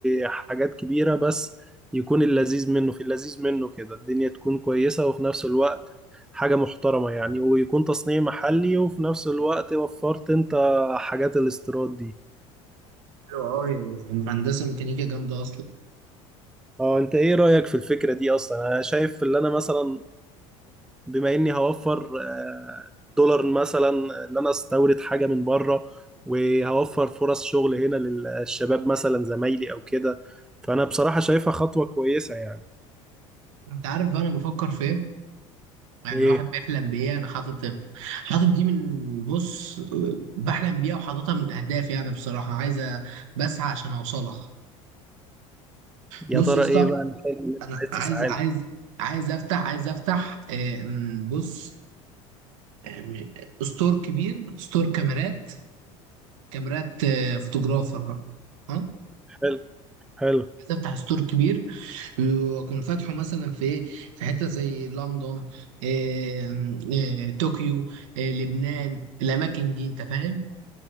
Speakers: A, in the centre; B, on the right.
A: حاجات كبيرة بس يكون اللذيذ منه في اللذيذ منه كده الدنيا تكون كويسة وفي نفس الوقت حاجة محترمة يعني ويكون تصنيع محلي وفي نفس الوقت وفرت انت حاجات الاستيراد دي
B: حلو أوي هندسة ميكانيكا جامدة أصلا
A: اه انت ايه رأيك في الفكرة دي اصلا انا شايف اللي انا مثلا بما اني هوفر آه، دولار مثلا اللي انا استورد حاجه من بره وهوفر فرص شغل هنا للشباب مثلا زمايلي او كده فانا بصراحه شايفها خطوه كويسه يعني
B: أنت عارف بقى أنا بفكر في إيه؟ يعني
A: ايه
B: الواحد بيحلم بإيه أنا حاطط حاطط دي من بص بحلم بيها وحاططها من أهدافي يعني بصراحة عايز أ- بسعى عشان أوصلها
A: يا
B: بص
A: ترى
B: يا اسطى
A: ايه بقى الحلم اللي انت
B: أنا
A: عايز
B: عايز
A: تسعى
B: عايز
A: له
B: عايز أفتح عايز أفتح آه، م- بص آه، م- ستور كبير ستور كاميرات كاميرات آه، فوتوغرافر أه
A: حلو حلو
B: عايز أفتح ستور كبير بيكون فاتحه مثلا في إيه؟ في حته زي لندن آه، آه، طوكيو آه، لبنان الاماكن دي انت فاهم